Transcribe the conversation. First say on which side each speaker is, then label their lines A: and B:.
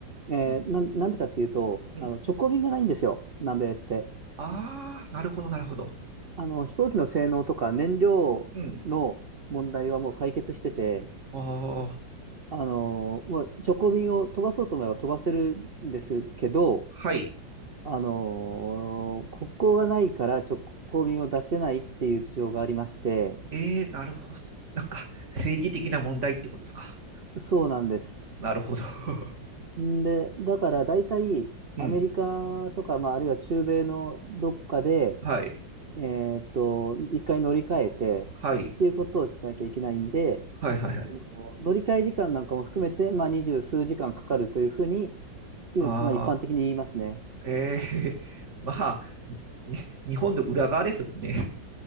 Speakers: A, on the right; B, on the right.
A: えー、
B: うん。
A: なん、なんでかっていうと、
B: うん。
A: あの、直行便がないんですよ、南米って。
B: ああ、なるほど、なるほど。
A: あの、飛行機の性能とか燃料の問題はもう解決してて、
B: うん。うんああ、
A: あの、もう直行便を飛ばそうと思えば飛ばせるんですけど、
B: はい。
A: あの、国交がないから直行便を出せないっていう事情がありまして、
B: ええ、なるほど。なんか、政治的な問題ってことですか。
A: そうなんです。
B: なるほど。<laughs>
A: んで、だから大体アメリカとか、
B: うん。
A: まあ、あるいは中米のどっかで、
B: はい。
A: えーっと、一回乗り換えて
B: はい。
A: っていうことをしなきゃいけないんで、
B: はいはいはい。
A: その乗り換え時間なんかも含めて、まあ、二十数時間かかるというふうに、いまあ、
B: ああ、
A: 一般的に言いますね。
B: ええ、<laughs> まあ、ね、日本の裏側ですもんね。